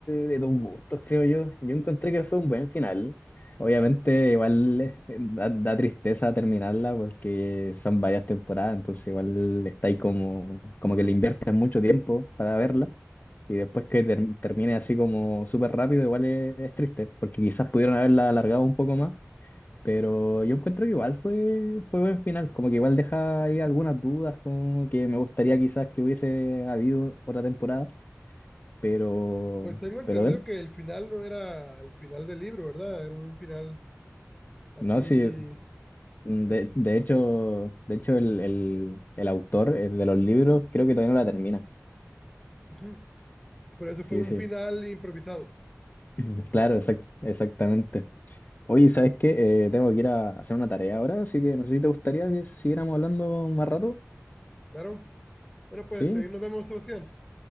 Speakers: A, on the left; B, in the centre.
A: de tus gustos, creo yo. Yo encontré que fue un buen final. Obviamente, igual eh, eh, da, da tristeza terminarla porque son varias temporadas, entonces igual está ahí como, como que le inviertes mucho tiempo para verla y después que ter- termine así como súper rápido, igual es, es triste porque quizás pudieron haberla alargado un poco más, pero yo encuentro que igual fue, fue buen final, como que igual deja ahí algunas dudas, como que me gustaría quizás que hubiese habido otra temporada pero,
B: Pues tengo entendido
A: pero de-
B: que el final no era el final del libro, ¿verdad? Era un final así,
A: no, sí, mm,
B: así.
A: de, de hecho, de hecho el, el, el autor el de los libros creo que todavía no la termina.
B: Ujú. Por eso
A: Sí,
B: fue un
A: sí,
B: final improvisado,
A: <laughs> <clears throat>
B: como que dice.
A: claro, exac- exactamente. Oye, ¿sabes qué? Eh, tengo que ir a hacer una tarea ahora, así que no sé si te gustaría que siguiéramos hablando más rato.
B: Claro. Bueno, pues
A: ¿Sí?
B: ahí nos vemos, Sebastián.